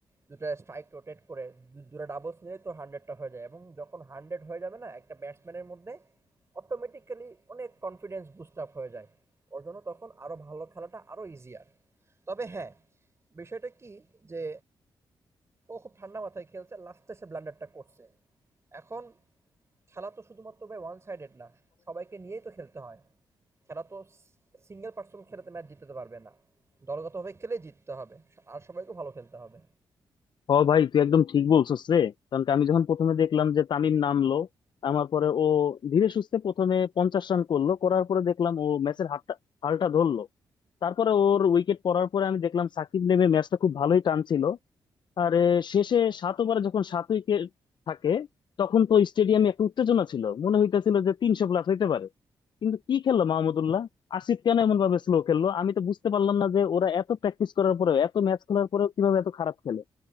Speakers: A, on the right; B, on the left.
A: দুটো স্ট্রাইক রোটেট করে দু- দুটো ডাবলস নিলে তো হান্ড্রেডটা হয়ে যায় এবং যখন হান্ড্রেড হয়ে যাবে না একটা ব্যাটসম্যানের মধ্যে অটোমেটিক্যালি অনেক কনফিডেন্স বুস্ট আপ হয়ে যায় ওর জন্য তখন আরও ভালো খেলাটা আরও ইজিয়ার তবে হ্যাঁ বিষয়টা কি যে ও খুব ঠান্ডা মাথায় খেলছে লাস্টে সে ব্লান্ডারটা করছে এখন খেলা তো শুধুমাত্র ভাই ওয়ান সাইডেড না সবাইকে নিয়েই তো খেলতে হয় খেলা তো সিঙ্গেল পার্সন খেলাতে ম্যাচ জিততে পারবে না দলগতভাবে খেলে জিততে হবে আর সবাইকে ভালো খেলতে হবে
B: হ ভাই তুই একদম ঠিক বলছিস রে কারণ কি আমি যখন প্রথমে দেখলাম যে তামিম নামলো আমার পরে ও ধীরে সুস্থে প্রথমে পঞ্চাশ রান করলো করার পরে দেখলাম ও ম্যাচের হাতটা হালটা ধরলো তারপরে ওর উইকেট পড়ার পরে আমি দেখলাম সাকিব নেমে ম্যাচটা খুব ভালোই টানছিল আর এ, শেষে সাত ওভারে যখন সাত উইকেট থাকে তখন তো স্টেডিয়ামে একটা উত্তেজনা ছিল মনে হইতেছিল যে তিনশো প্লাস হইতে পারে কিন্তু কি খেললো মাহমুদুল্লাহ আসিফ কেন এমন ভাবে স্লো খেললো আমি তো বুঝতে পারলাম না যে ওরা এত প্র্যাকটিস করার পরেও এত ম্যাচ খেলার পরেও কিভাবে এত খারাপ খেলে